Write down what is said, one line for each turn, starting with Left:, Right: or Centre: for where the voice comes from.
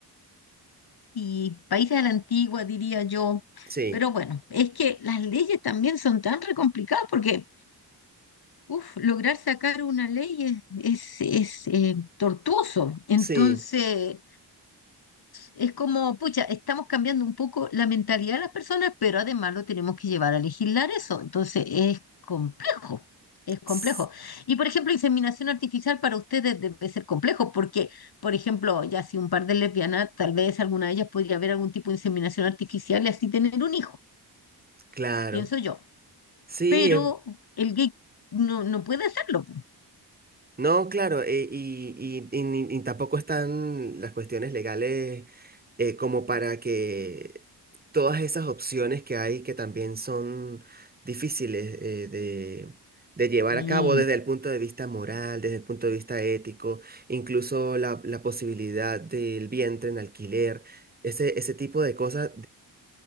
Left: Y países a la antigua, diría yo.
Right: Sí,
Left: Pero bueno, es que las leyes también son tan re complicadas porque, uf, lograr sacar una ley es, es, es, eh, tortuoso. Entonces,
Right: sí,
Left: Es como, pucha, estamos cambiando un poco la mentalidad de las personas, pero además lo tenemos que llevar a legislar eso. Entonces es complejo, es complejo.
Right: ts-
Left: Y por ejemplo, inseminación artificial para ustedes debe ser complejo, porque, por ejemplo, ya si un par de lesbianas, tal vez alguna de ellas podría haber algún tipo de inseminación artificial y así tener un hijo,
Right: claro.
Left: pienso yo.
Right: Sí,
Left: Pero
Right: es,
Left: el gay no, no puede hacerlo. pues.
Right: No, claro, eh, y, y- y ni- ni tampoco están las cuestiones legales eh, como para que todas esas opciones que hay que también son difíciles eh, de, de llevar
Left: Sí,
Right: a cabo desde el punto de vista moral, desde el punto de vista ético, incluso la, la posibilidad del vientre en alquiler, ese, ese tipo de cosas